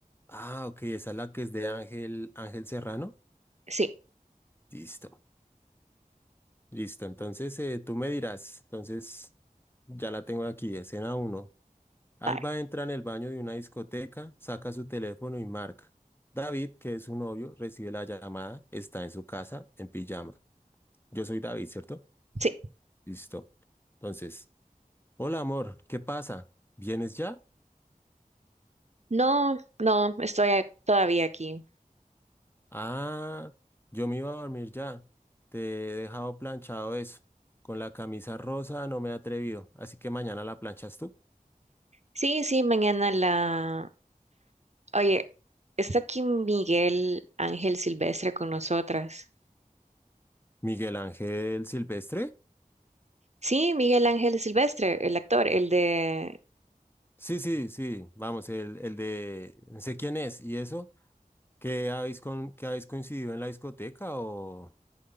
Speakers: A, on the left; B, on the right.
A: Ah, ok, esa es la que es de Ángel, Ángel Serrano.
B: Sí,
A: Listo, listo. Entonces eh, tú me dirás. Entonces ya la tengo aquí, escena uno Alba
B: vaya,
A: entra en el baño de una discoteca, saca su teléfono y marca. David, que es su novio, recibe la llamada, está en su casa, en pijama. Yo soy David, ¿cierto?
B: sí.
A: Listo. Entonces, hola amor, ¿qué pasa? ¿Vienes ya?
B: No, no, estoy a- todavía aquí.
A: Ah, yo me iba a dormir ya. Te he dejado planchado eso. Con la camisa rosa no me he atrevido, así que mañana la planchas tú.
B: Sí, sí, mañana la... Oye, está aquí Miguel Ángel Silvestre con nosotras.
A: Miguel Ángel Silvestre.
B: Sí, Miguel Ángel Silvestre, el actor, el de...
A: Sí, sí, sí, vamos, el, el de... No sé quién es, ¿y eso? ¿Qué habéis, con, qué habéis coincidido en la discoteca o...?